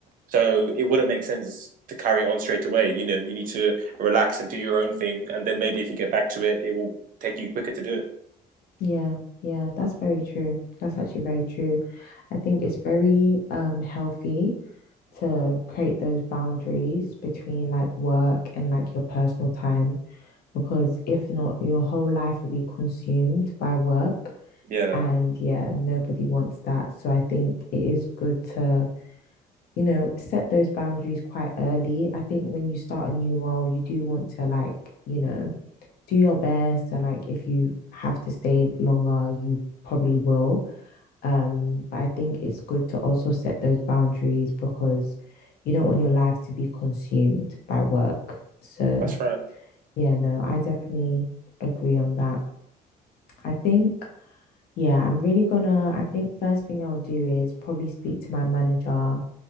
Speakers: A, on the right; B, on the left.
A: so it wouldn't make sense to carry on straight away you know you need to relax and do your own thing and then maybe if you get back to it it will take you quicker to do it
B: Yeah. Yeah. That's very true. That's actually very true. I think it's very um healthy to create those boundaries between like work and like your personal time because if not, your whole life will be consumed by work.
A: yeah
B: And yeah, nobody wants that. So I think it is good to, you know, set those boundaries quite early. I think when you start a new role, you do want to, like, you know, do your best. And like, if you have to stay longer, you probably will. Um, but I think it's good to also set those boundaries because you don't want your life to be consumed by work. So,
A: that's right
B: yeah, no, I definitely agree on that. I think, yeah, I'm really gonna, I think first thing I'll do is probably speak to my manager